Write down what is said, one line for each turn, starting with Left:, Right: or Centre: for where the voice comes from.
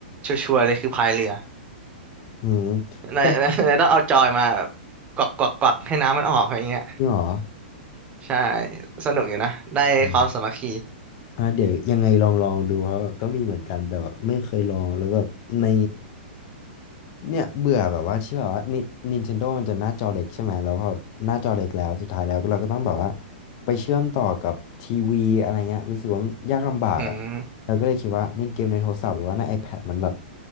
Right: ชัวร์ๆเลยคือพายเรือ
Left: อืม
Right: นายนายนายต้องเอาจอยมาแบบกวักกวักกวักให้น้ำมันออกอะไรเงี้ย
Left: แต่นี่หรอ
Right: ใช่สนุกอยู่นะได้ความสามัคคี
Left: อืมอ่าเดี๋ยวยังไงลองลองดูครับแบบก็มีเหมือนกันแต่แบบไม่เคยลองแล้วแบบใน เนี่ยเบื่อแบบว่าที่แบบว่านิ Nintendo มันจะหน้าจอเล็กใช่ไหมแล้วพอหน้าจอเล็กแล้วสุดท้ายแล้วก็เราก็ต้องแบบว่าไปเชื่อมต่อกับทีวีอะไรเงี้ยรู้สึกว่ามันยากลำบากอ่ะ
Right: อืม
Left: เราก็เลยคิดว่าเล่นเกมในโทรศัพท์หรือว่าใน iPad มันแบบ